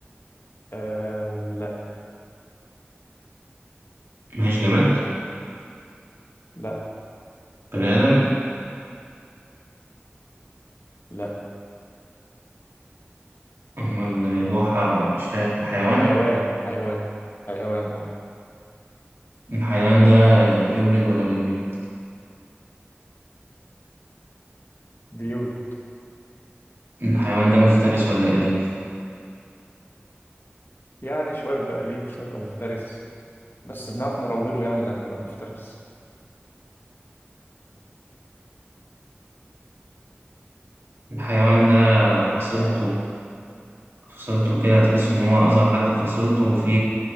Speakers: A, on the left; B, on the right.
A: آه لا
B: ماهيش جماد
A: لا
B: بني آدم
A: لا
B: أمال الواحة مش فاهم حيوان
A: حيوان حيوان حيوان اه
B: الحيوان ده بيولد ولا بيبيض
A: بيولد
B: الحيوان ده مفترس ولا أليف
A: يعني شوية بيبقى أليف وشوية بيبقى مفترس بس بنعرف نروضه يعني لما يبقى مفترس
B: الحيوان ده فصيلته
A: يعني
B: فصلته كده تحس إن هو أصغر حد في فصلته وفي